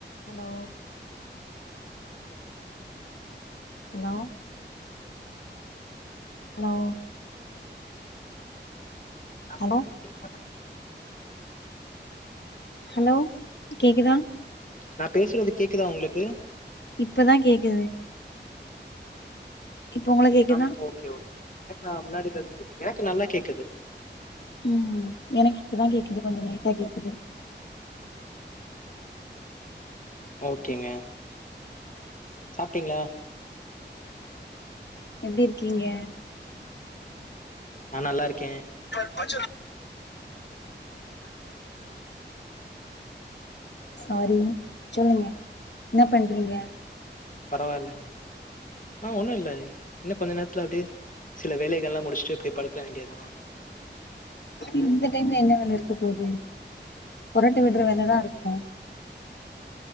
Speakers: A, on the left; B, on the left.
A: ஹலோ ஹலோ ஹலோ
B: நா
A: ஹலோ
B: பேசுறது கேக்குதா <unintelligible>
A: ஹலோ கேக்குதா
B: நா பேசுறது கேக்குதா உங்களுக்கு
A: இப்பதா கேக்குது இப்ப உங்களுக்கு
B: <unintelligible>
A: கேக்குதா
B: <unintelligible> எனக்கு நல்லா கேக்குது
A: ம் எனக்கு இப்பதா கேக்குது கொஞ்ச லேட்டா கேக்குது
B: ஓகேங்க சாப்ட்டீங்ளா
A: எப்டி இருக்கீங்க
B: நா நல்லா இருக்கே
A: <inaudible> சாரி சொல்லுங்க என்ன பண்றீங்க
B: பரவால்லங்க ஆ ஒண்ணு இல்ல இன்னு கொஞ்ச நேரத்துல அப்டியே சில வேலைகல்லா முடிச்ட்டு இப்டி படுக்க வேண்டியதா
A: இந்த டைம்ல என்ன வேல இருக்க போது கொறட்ட விட்ற வேலதா இருக்கூ